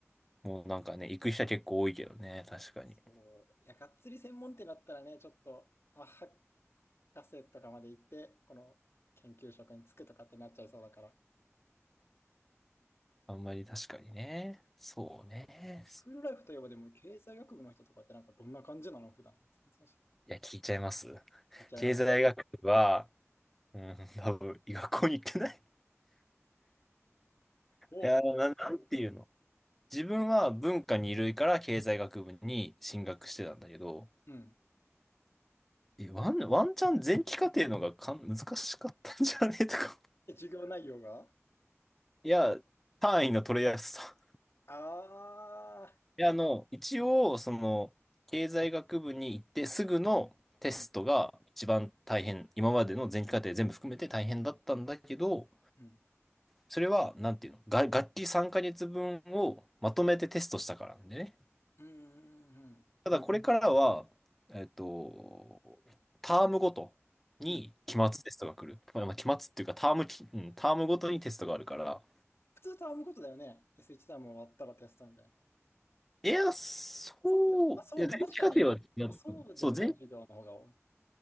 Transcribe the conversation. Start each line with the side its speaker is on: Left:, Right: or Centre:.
Centre: もうなんかね、行く人は結構多いけどね。確かに。
Left: そう。いや、がっつり専門店だったらね、ちょっと、まあ、博士とかまで行って、この研究職に就くとかってなっちゃいそうだから。
Centre: あんまり確かにね。そうね。
Left: スクールライフといえば、でも経済学部の人とかってなんかどんな感じなの普段。全然知らな
Centre: いや、聞いちゃいます。
Left: い聞いちゃいます。
Centre: 経済学部は、うん、多分、学校に行ってない
Left: おう。
Centre: いや、な、なんていうの自分は文化二類から経済学部に進学してたんだけど、
Left: うん。
Centre: え、ワン、ワンチャン前期課程のがかん難しかったんじゃねえとか。
Left: え、授業内容が
Centre: いや、単位の取りやすさ。
Left: ああ
Centre: いや、あの、一応、その、経済学部に行ってすぐのテストが一番大変、
Left: ー。うん。
Centre: 今までの前期課程全部含めて大変だったんだけど、
Left: うん。
Centre: それは、なんていうのが、学期3ヶ月分をまとめてテストしたからなんでね。
Left: うんうん
Centre: ただこれからは、えっと、タームごとに期末テストが来る。
Left: うん。うん。
Centre: まあ、まあ期末っていうかタームき、うん、タームごとにテストがあるから。
Left: 普通と編むことだよね。S1 ターム終わったらテストみたいな。
Centre: いや、そ
Left: そうでも、あ、そう、
Centre: う、いや、
Left: まあ確かに、
Centre: 前期課程は、いやそう、
Left: そうでもない授業の方が多い。
Centre: 前、
Left: い